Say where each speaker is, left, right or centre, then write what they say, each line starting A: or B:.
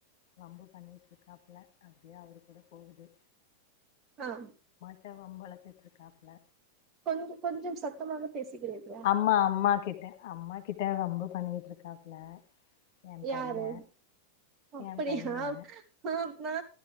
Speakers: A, on the left (about 50°); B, on the right (about 30°).
A: வம்பு பண்ணி ட்டுருக்காப்புல அப்டியே அவரு கூட போகுது
B: ஆ
A: கிட்ட வம்பு வழத்துட்டு இருக்காப்புல
B: கொஞ்சம் கொஞ்சம் சத்தமாக பேசுகிறீர்களா
A: அம்மா அம்மா கிட்ட அம்மா கிட்ட வம்பு பண்ணிட்டு இருக்காப்புல எ
B: யாரு
A: பைய
B: அப்படியா
A: எ பைய
B: ஆ ஆ